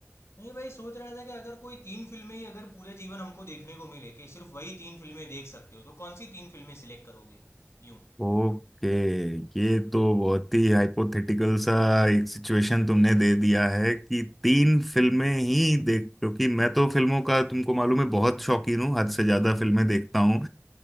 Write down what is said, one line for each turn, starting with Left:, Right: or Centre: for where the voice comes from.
Left: नहीं भाई सोच रहा था कि अगर कोई तीन फिल्में ही अगर पूरे जीवन हमको देखने को मिले कि सिर्फ वही तीन फिल्में देख सकते हो तो कौन सी तीन फिल्में सिलेक्ट करोगे यूं
Centre: ओके ये तो बहुत ही हाइपोथेटिकल सा एक सिचुएशन तुमने दे दिया है कि तीन फिल्में ही देख क्योंकि मैं तो फिल्मों का तुमको मालूम है बहुत शौकीन हूँ हद से ज्यादा फिल्में देखता हूँ